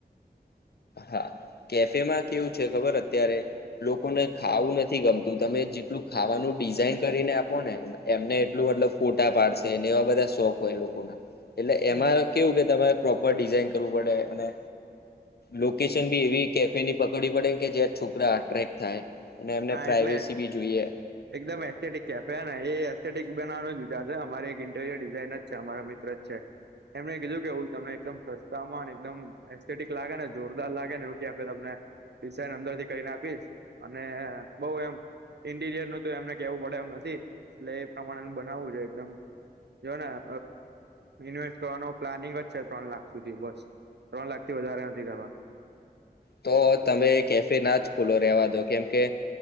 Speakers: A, on the left; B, on the right.
A: હા, કેફેમાં કેવું છે? ખબર અત્યારે? લોકોને ખાવું નથી ગમતું, તમે જેટલું ખાવાનું ડિઝાઇન કરીને આપો ને એમને એટલું મતલબ ફોટા પાડશે ને એવા બધા શોક હોય એ લોકોના. એટલે એમાં
B: હમ હમ
A: કેવું કે તમારે પ્રોપર ડિઝાઇન કરવું પડે, અને લોકેશન બી એવી કેફેની પકડવી પડે કે જ્યાં છોકરા અટ્રેક્ટ થાય. અને એમને
B: હા
A: પ્રાઈવેસી
B: એટલે
A: બી જોઈએ.
B: એકદમ એસ્થેટિક કેફે હેને, એ એસ્થેટિક બનાવાનો જ વિચાર છે અમારે એક ઇન્ટીરિયર ડિઝાઇન જ છે અમારા મિત્ર જ છે. એમણે કીધું કે, હું તમને એકદમ સસ્તામાં અને એકદમ એસ્થેટિક લાગે ને, જોરદાર લાગે ને એવું કેફે તમને ડિસાઇન અંદરથી કરીને આપીશ. ને બોઉ એમ ઇન્ટીરિયરનું તો એમને કેવું પડે એમ નથી, એટલે એ પ્રમાણેનું બનાવું છે, એકદમ જો ને અ ઇન્વેસ્ટ કરવાનો પ્લાનિંગ જ છે ત્રણ લાખ સુધી, બસ, ત્રણ લાખથી વધારે નથી કરવા.
A: તો તમે કેફે ના જ ખોલો, રેવા દો, કેમ કે